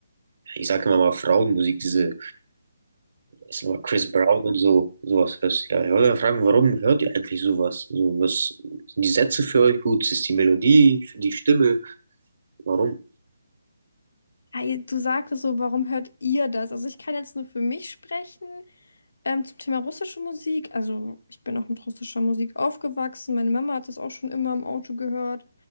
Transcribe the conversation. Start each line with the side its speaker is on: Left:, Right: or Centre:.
Right: ich sage immer mal Frauenmusik, diese, ist immer Chris Brown und so, sowas hörst. Ja, ich wollte mal fragen, warum hört ihr eigentlich sowas? So, was sind die Sätze für euch gut? Ist die Melodie, die Stimme? Warum?
Left: Hi, du sagtest so, warum hört ihr das? Also ich kann jetzt nur für mich sprechen ähm, zum Thema russische Musik. Also ich bin auch mit russischer Musik aufgewachsen. Meine Mama hat das auch schon immer im Auto gehört.